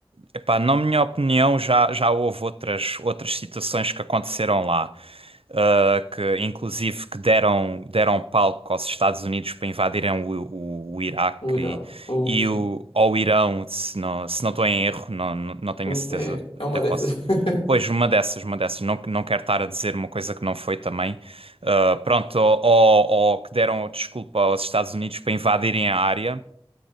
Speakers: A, on the right; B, on the left.
A: epá, na minha opinião, já, já houve outras, outras situações que aconteceram lá, ah, que inclusive que deram, deram palco aos Estados Unidos para invadirem o, o, o Iraque
B: O Irão, o,
A: e,
B: sim,
A: e o, ou o Irão, se não, se não estou em erro, não, não não tenho
B: Um-
A: a certeza,
B: é, é uma
A: até
B: dessas,
A: posso.
B: <laughs>
A: Pois, uma dessas, uma dessas. Não, não quero estar a dizer uma coisa que não foi também. Ah, pronto, ou, ou, ou que deram desculpa aos Estados Unidos para invadirem a área